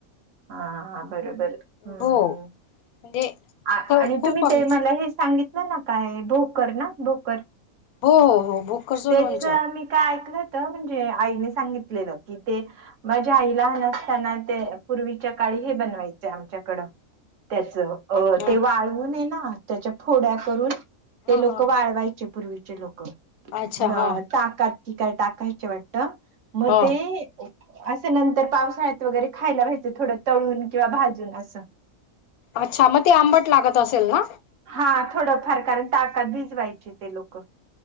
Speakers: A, on the right; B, on the left.
A: हा बरोबर हम्
B: हो म्हणजे
A: आणि
B: ख खूप
A: तुम्ही
B: आम
A: ते मला हे सांगित नाही ना काय भोकर ना भोकर
B: हो हो हो भोकरचं
A: तेच
B: लोणचं
A: मी काय ऐकलं तर म्हणजे आईने सांगितलेलं की ते माझ्या आईला आल असताना ते पूर्वीच्या काळी हे बनवायचं आमच्याकडं त्याच अ
B: ह
A: ते वाळवून हे ना हा त्याच्या फोड्या करून ते
B: हा
A: लोक
B: हा
A: वाळवायचे पूर्वीचे लोक
B: अच्छा
A: म
B: हा
A: चाकाची ती काय टाकायची वाटतं म
B: ह
A: ते असं नंतर पावसाळ्यात वगैरे खायला पाहि ते थोडं तळून किंवा भाजून असं
B: अच्छा मग ते आंबट लागत असेल ना?
A: हा थोडं फार कारण ताकात भिजवायची ते लोक